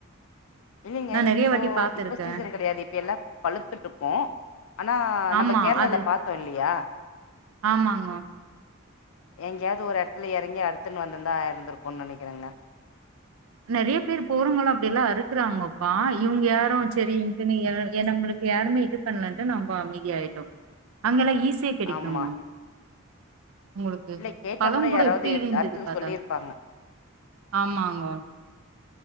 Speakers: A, on the left; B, on the right.
A: இல்லலைங்க
B: நான் நெறைய
A: இப்போ
B: வாட்டி பாத்துருக்கேன்.
A: இப்போ சீசன் கிடையாது இப்ப எல்லாம் பழுத்துட்டு இருக்கோம் ஆனா நம்ம
B: ஆமா
A: கேரளால
B: அது
A: பாத்தோம் இல்லையா
B: ஆமாங்கோ.
A: எங்கேயாவது ஒரு இடத்துல இறங்கி அறுத்துன்னு வந்திருந்தா ஆயிருந்துருக்கும்னு நினைக்கிறேங்க
B: நிறைய பேர் போறங்களோ அப்டில்லாம் அறுக்குறாங்கப்பா இவங்க யாரும் சரிட்டுன்னு நம்மளுக்கு யாருமே இது பண்ணலட்டு நம்ம அமைதியிட்டோம் அங்கெல்லாம் ஈச சிய கிடைக்குமாம்
A: ஆமா
B: உங்களுக்கு
A: இல்ல கேட்டா
B: பழம் கூட
A: யாராவது
B: எப்டி
A: எடுத்
B: இருந்தது
A: அறுத்துக்க
B: பதம்
A: சொல்லியிருப்பாங்க
B: ஆமாங்கோ